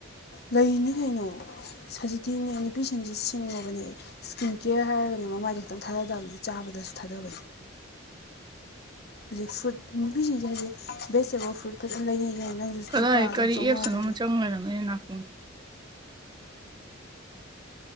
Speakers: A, on the left; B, on the right.
A: ꯂꯩꯅꯤ ꯀꯩꯅꯣ ꯁꯖꯤꯇꯤꯅꯦ ꯅꯨꯄꯤꯁꯤꯡꯁꯦ ꯁꯤꯡꯉꯕꯅꯦ ꯏꯁꯀꯤꯟ ꯀꯦꯌꯔ ꯍꯥꯏꯔꯒꯅꯦ ꯃꯃꯥꯏꯁꯦ ꯈꯤꯛꯇꯪ ꯊꯥꯗꯗꯕꯅꯤ ꯆꯥꯕꯗꯁꯨ ꯊꯥꯗꯕꯅꯤ ꯍꯧꯖꯤꯛ ꯐ꯭ꯔꯨꯏꯠ ꯅꯨꯄꯤꯁꯤꯡꯁꯦ ꯍꯧꯖꯤꯛ ꯕꯦꯁꯇꯦꯕ ꯐ꯭ꯔꯨꯏꯠ ꯈꯖꯅ ꯂꯩꯅꯩ ꯀꯅ ꯅꯪꯁꯨ
B: ꯀꯗꯥꯏ
A: ꯂꯨꯄꯥ ꯑꯗꯨꯝ
B: ꯀꯔꯤ
A: ꯆꯥꯝꯃꯉꯥ
B: ꯑꯦꯞꯁꯅꯣ
A: ꯀꯩꯀꯥ
B: ꯑꯃ ꯆꯪ ꯂꯩꯔꯝꯃꯦꯦ ꯅꯥꯈꯣꯡ